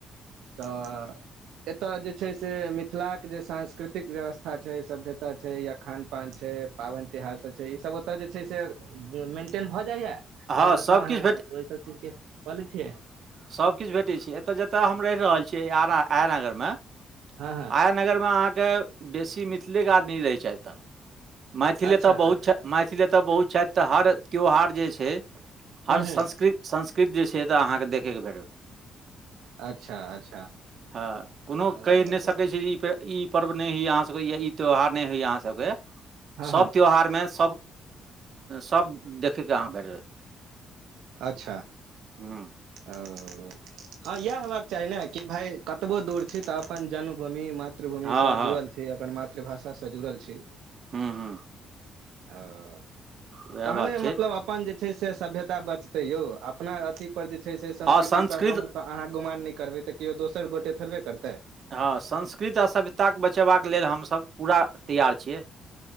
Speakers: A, on the right (about 85°); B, on the right (about 50°).
A: तऽ एतय जे छै से मिथिलाक के जे सांस्कृतिक व्यवस्था छै सभ्यता छै या खान पान छै पाबनि तिहार सब छै ईसभ ओतय जे छै से मेन्टेन भऽ जाइया
B: हँ
A: या
B: सबकिछु
A: मतलब अहाँ
B: भेट
A: ओहि सब चीज के क ले छियै
B: सबकिछु भेटै छै एतय जतय हम रहि रहल छियै आ आयनगर मे
A: हँ हँ
B: आय नगर मे अहाँके बेसी मिथिलेके आदमी रहैत छै तऽ मैथिली
A: अच्छा
B: एतऽ बहुत
A: अच्छा
B: छथि मैथिली एतऽ बहुत छथि तऽ हर त्यौहार जे छै
A: हूँ
B: हर
A: हूँ
B: संस्कृत संस्कृत जे छै तऽ अहाँकेँ देखयके भेटत
A: अच्छा अच्छा
B: हँ कोनो
A: ओ
B: कहि नहि सकै छै ई पे ई पर्व नहि होइए अहाँसभके यही त्यौहार नहि होइए अहाँसभके
A: हँ
B: सभ
A: हँ
B: त्यौहारमे सभ सभ देखयके अहाँ भेट
A: अच्छा
B: हूँ
A: ओ हँ इएह हेबाक चाही ने कि भाई कतबो दूर छी तऽ अपन जन्मभूमि म मातृभूमिसँ
B: हँ हँ
A: जुड़ल छी अपन मातृभाषासँ जुड़ल छी
B: हुँ हुँ
A: ओ
B: उएह
A: तहने
B: बात छै
A: मतलब अपन जे छै से सभ्यता बचतै यौ अपना अथीपर जे छै से संस्कृतिपर
B: हँ संस्कृत
A: हम तऽ अहाँ गुमान नहि करबै तऽ केओ दोसर गोटे थोड़बे करतै
B: हँ संस्कृत आ सभ्यता के बचेबाक लेल हमसभ पूरा तैयार छियै